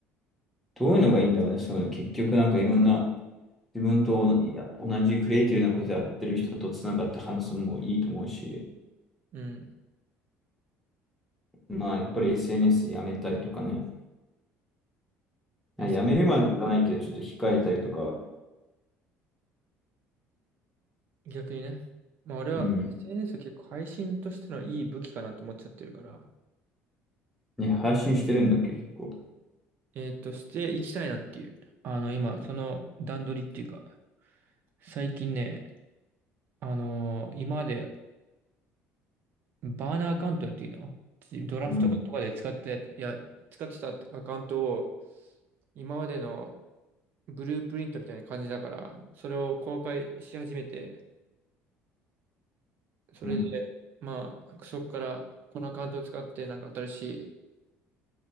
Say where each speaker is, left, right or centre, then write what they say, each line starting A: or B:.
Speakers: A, in the centre; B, on the right.
A: どういうのがいいんだろうね。そうね、結局なんかいろんな、自分といや同じクリエイティブなことやってる人とつながって話すのもいいと思うし、
B: うん。
A: まあやっぱり SNS やめたりとかね。いややめるまでいかないけど、
B: え
A: ちょっと控えたりとか、
B: 逆にね。まあ俺は
A: うん。
B: SNS は結構配信としてのいい武器かなと思っちゃってるから、
A: ね、配信してるんだっけ、結構。
B: えーと、していきたいなっていう。あの、今、その段取りっていうか、最近ね、あのー今までバーナーアカウントっていうの、ドラフトとかで使って、
A: うん。
B: いや、使ってたアカウントを、今までのブループリントみたいな感じだから、それを公開し始めて、それで、
A: うん。
B: まあ、そこから、このアカウントを使って、なんか新しい、